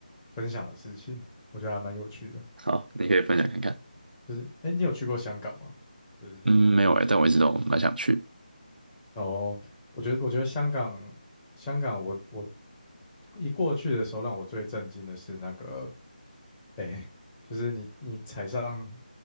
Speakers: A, on the left (about 20°); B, on the right (about 75°).
A: 分享的事情，我觉得还蛮有趣的。
B: 好，你可以分享看看。
A: 就是诶，你有去过香港吗？就是
B: 嗯，没有哎、但我一直都蛮想去。
A: 哦，我觉得我觉得香港香港我我一过去的时候，让我最震惊的是那个诶，就是你你踩上